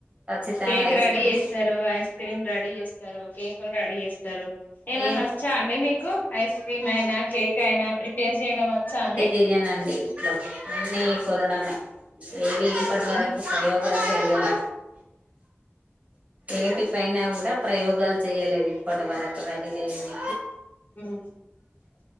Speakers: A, on the right (about 30°); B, on the left (about 40°).
A: ఖచ్చితంగా
B: కేక్
A: ఐస్
B: రెడీ
A: క్రీమ్
B: చేస్తారు ఐస్ క్రీమ్ రెడీ చేస్తారు కేకులు రెడీ చేస్తారు తరు ఏమన్న
A: ఏం
B: వచ్చా అండి మీకు ఐస్ క్రీమ్ అయినా కేక్ అయినా ప్రిపేర్ చేయడం వచ్చా అండీ
A: చెయనండి ఇంట్లో అన్ని కొనడమే ఏది ఇప్పటి
B: అంతేనా
A: వరకు ప్రయోగాలు చెయలె ఏటి పైనా కూడా ప్రయోగాలు చేయలేదు ఇప్పటి వరకు రెడీ చేయనికి
B: ఊ